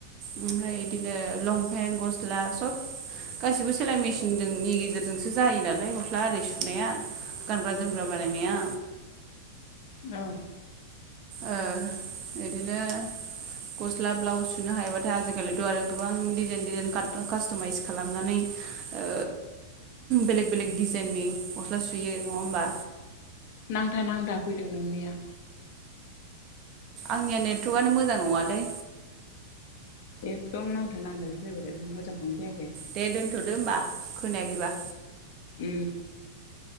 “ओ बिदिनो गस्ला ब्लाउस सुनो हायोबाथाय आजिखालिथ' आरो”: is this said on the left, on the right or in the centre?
Right